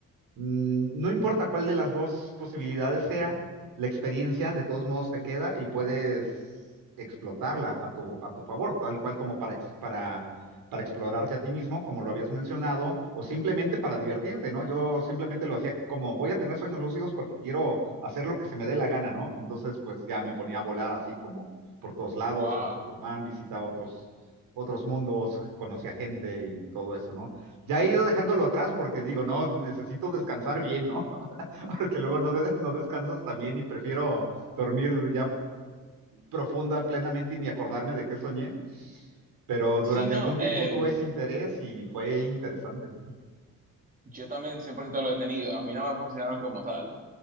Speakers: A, on the right (about 90°); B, on the right (about 25°).
A: mm, no importa cuál de las dos posibilidades sea, la experiencia de todos modos te queda y puedes explotarla a tu, a tu favor, tal cual como para, ex- para para explorarte a ti mismo, como lo habías mencionado, o simplemente para divertirte, ¿no? Yo simplemente lo hacía como, voy a tener sueños lúcidos porque quiero hacer lo que se me dé la gana, ¿no? Entonces, pues ya me ponía a volar así como por todos lados,
B: wow.
A: como Superman, visitaba otros, otros mundos, conocía gente y todo eso, ¿no? Ya he ido dejándolo atrás porque digo, no, necesito descansar bien, ¿no? <laughs> Porque luego no, de- no descansas también y prefiero dormir ya profunda, plenamente y ni acordarme de qué soñé pero durante
B: Sí, no,
A: algún tiempo
B: eh,
A: tuve ese interés y fue interesante.
B: yo también 100% lo he tenido. A mí no me funcionaron como tal.